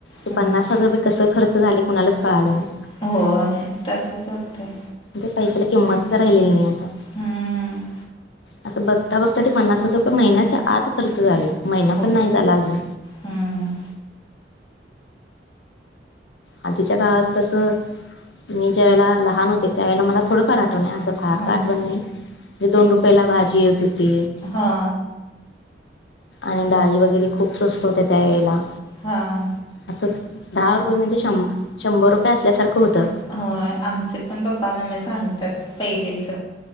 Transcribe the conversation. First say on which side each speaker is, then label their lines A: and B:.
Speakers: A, on the left; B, on the left.
A: ते
B: हम्म.
A: पन्नास हजार रुपये कसं खर्च झाले. कोणालाच कळाला नाही.
B: होय. तसच होतय.
A: ते पैशाला किंमतच राहिलेली नाही, आता.
B: हम्म.
A: असं, बघता - बघता ते पन्नास हजार रुपये महिन्याच्या आत खर्च झाले. महिना
B: हो
A: पण नाही झाला अजून.
B: हम्म.
A: आधीच्या काळात कसं मी ज्या वेळेला लहान होते. त्यावेेळेला, मला थोडंफार आठवणय. असं, फार
B: हां
A: का आठवण नाही. म्हणजे दोन रुपयाला भाजी येत होती.
B: हा.
A: आणि डाळी वगैरे, खूप स्वस्त होत्या. त्या वेळेला.
B: हां.
A: असं, दहा रुपये म्हणजे शं - शंभर रुपये असल्यासारखं होतं.
B: होय. आमचे पण पप्पा- मम्मी सांगतात. पहिलेच.